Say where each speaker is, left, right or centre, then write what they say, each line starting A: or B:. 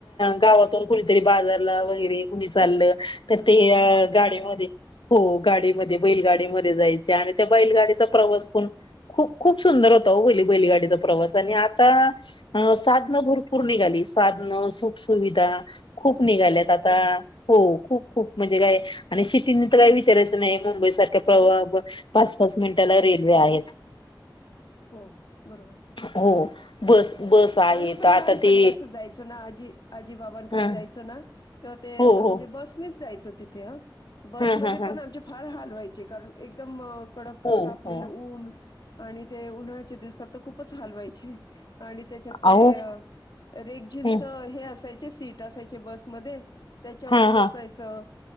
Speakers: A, on the left; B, on the left.
A: गावातून कुणीतरी बाजारला वगैरे कुणी चाललं- तर
B: हा
A: ते
B: हा
A: गाडीमध्ये, हो. गाडीमध्ये बैलगाडीमध्ये जायचे आणि त्या बैलगाडी- - चा प्रवास
B: बरोबर
A: पण खूप खूप सुंदर होता हो हे बैलगाडीचा प्रवास आणि आता- अ. साधनं भरपूर निघाली. साधनं सुख सुुविधा. खूप निघाल्यात
B: हो
A: आता. हो खूप खूप म्हणजे काय? आणि सिटी- काही विचारायचं नाही. बॉम्बे सारख्या <unintelligible> पाच पाच मिनिटाला रेल्वे आहेत.
B: हो. बरोबर.
A: हो बस
B: हो.
A: बस आहेत
B: आम्ही पण
A: आता
B: लहानपणी
A: ते
B: असंच जायचो ना? आजी आजी बाबांकडे
A: ह
B: जायच- -चो ना? तेव्हा ते
A: हो
B: म्हणजे
A: हो
B: बसनेच जायचो तिथे हं. बसमध्ये
A: हा हा
B: पण
A: हा
B: आमचे - फार हाल हाल व्हायचे. कारण एकदम कडक
A: हो
B: तापलेलं
A: हो
B: ऊन आणि- ते उन्हाळ्याच्या दिवसात तर खूपच हाल व्हायचे. आणि त्याच्यात ते
A: अहो
B: रेक्झिनच
A: हम्
B: हे असा- ते सीट असायचे बसमध्ये. त्याच्यावर
A: हा
B: बसायचं.
A: हा